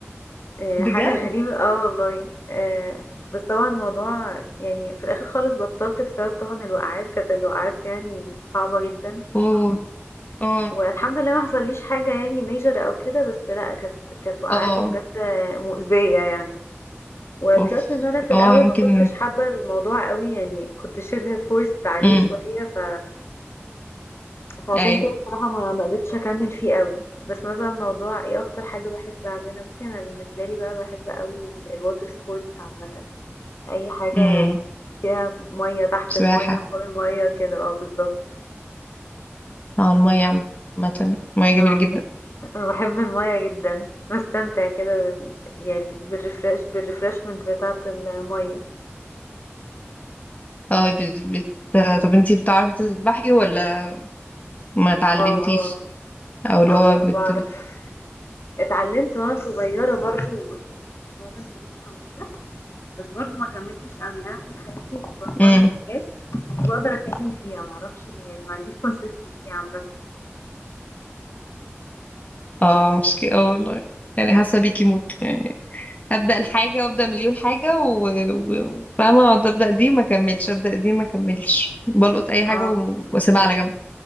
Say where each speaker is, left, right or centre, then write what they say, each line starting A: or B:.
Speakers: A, on the left; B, on the left.
A: آآ
B: بجد
A: حاجة <laughs> غريبة آه والله، آآ بس طبعًا الموضوع يعني في الآخر خالص بطّلت بسبب طبعًا الوقعات، كانت الوقعات يعني صعبة جدًا.
B: اوه اه
A: والحمد لله ما حصليش حاجة يعني major أو كده بس لأ كانت كانت وقعاته
B: اه
A: بجد مؤذية يعني وبلس
B: اوف
A: إن أنا في
B: اه
A: الأول
B: يمكن
A: ما كنتش حابة الموضوع قوي يعني كنت شبه forced عليه
B: امم
A: شوية ف... فعشان
B: ايوه
A: كده بصراحة ما ما قدرتش أكمل فيه قوي بس مثلا موضوع ايه أكتر حاجة بحب أعملها بصي أنا بالنسبة لي بقى بحب قوي ال- الwater sports عامة أي حاجة
B: امم
A: فيها مية تحت
B: سباحة
A: المية فوق المية كده اه بالظبط
B: اه المية عامة المية جميلة
A: آه،
B: جدا
A: أنا باحب المَيَّة جدًا، باستمتع كده بال يعني بالrefresh بالrefreshment بتاعة المَيَّة.
B: اه بت... بت...
A: إمم.
B: طب انتي بتعرفي تسبحي ولا ما اتعلمتيش
A: آه، آه،
B: او اللي
A: آه،
B: هو
A: لأ
B: بت...
A: باعرف.
B: بت...
A: اتعلمت وأنا صغيرة برضه كنت باتمرّن سباحة وكده، بس برضه ما كمّلتش أوي، يعني أنا طول حياتي باتمرّن
B: مم.
A: حاجات بس مش باقدر أكمّل فيها، ما أعرفش ليه يعني ما عنديش consistency عامةً.
B: اه مشكلة اه والله يعني حاسه بيكي موت يعني ابدا الحاجه وابدا مليون حاجه و... و... فاهمه اقعد ابدا دي ما اكملش ابدا دي ما اكملش بلقط اي حاجه
A: آه،
B: و... واسيبها على جنب